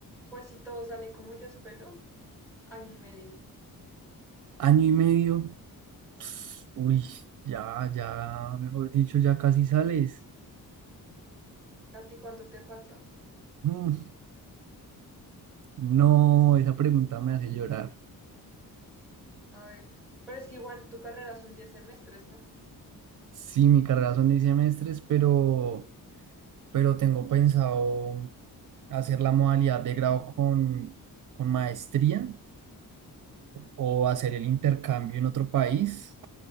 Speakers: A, in the centre; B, on the right.
A: pues si todo sale como yo espero, año y medio.
B: ¿Año y medio? Ps, Uy, ya, ya, mejor dicho, ya casi sales.
A: ¿A ti cuánto te falta?
B: Mm, no, esa pregunta me hace llorar.
A: A ver, pero es que igual tu carrera son 10 semestres, ¿no?
B: Sí, mi carrera son 10 semestres, pero, pero tengo pensado hacer la modalidad de grado con, con maestría o hacer el intercambio en otro país,